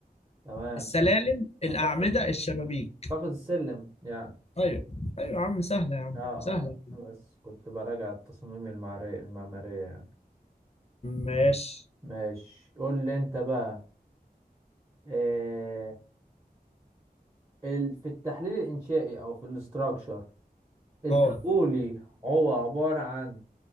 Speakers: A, on the right; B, on the left.
A: تمام
B: السلالم الأعمدة
A: اعتقد
B: الشبابيك
A: اعتقد السلم يعني
B: أيوه أيوه يا عم سهلة يا عم
A: اه اه
B: سهلة
A: أنا بس كنت براجع التصاميم المعمارية المعمارية يعني
B: ماشي
A: ماشي قول لي انت بقى إيه ال... في التحليل الانشائي او في الاستراكشر الكابولي
B: أه
A: هو عبارة عن